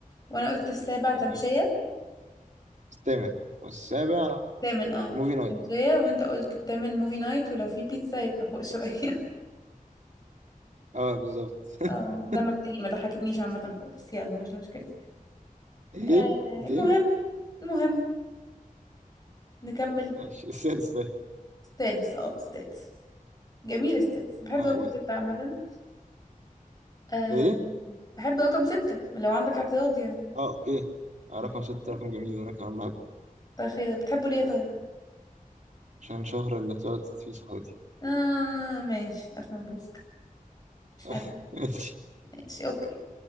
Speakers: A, on the left (about 25°); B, on the right (about 55°).
A: وانا قلت السابع تمشية
B: ايوه الثامن والسابع
A: تامن اه
B: موفي نايت
A: تمشية وانت قلت التامن موفي نايت ولو في بيتزا يبقى فوق شوية
B: اه بالظبط
A: <laughs>
B: <laughs>
A: اه دمك تقيل ما ضحكتنيش عامة خالص يلا مش مشكلة
B: ايه
A: آه
B: قلت
A: المهم
B: ايه
A: المهم نكمل
B: ماشي السادس طيب
A: سادس اه سادس جميل سادس بحب
B: اه
A: رقم
B: قلت
A: ستة عامة آه
B: ايه
A: بحب رقم ستة لو عندك اعتراض يعني
B: اه اوكي آه، رقم
A: عندك
B: ستة
A: اعتراض؟
B: رقم جميل انا كمان
A: طيب خير بتحبه ليه طيب؟
B: عشان شهر اللي اتولدت فيه صحابتي
A: اه ماشي ألف مبروك
B: <laughs>
A: ألف
B: ماشي
A: ماشي اوكي